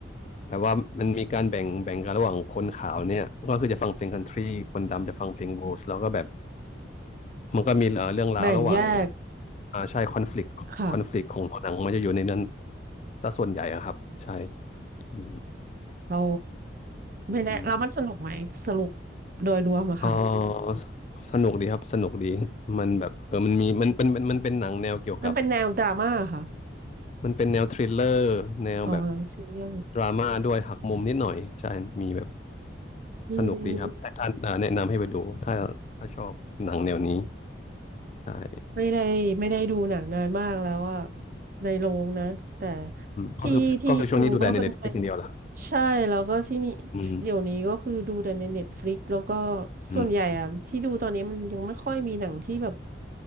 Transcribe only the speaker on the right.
แบ่งแยก
ค่ะ
เรา ไม่แน่แล้วมันสนุกไหมสรุป
โดยรวมอะค่ะ
มันเป็นแนวดราม่าค่ะ
อ๋อชื่อเรื่อง
อืม
ไม่ได้ไม่ได้ดูหนังนานมากแล้วอะในโรงนะแต่
ที่ที่ดูก็เป็นเป็น
ใช่แล้วก็ที่นี่
เดี๋ยวนี้ก็คือดูแต่ในเน็ตฟลิกแล้วก็
ส่วนใหญ่อะที่ดูตอนนี้มันยังไม่ค่อยมีหนังที่แบบ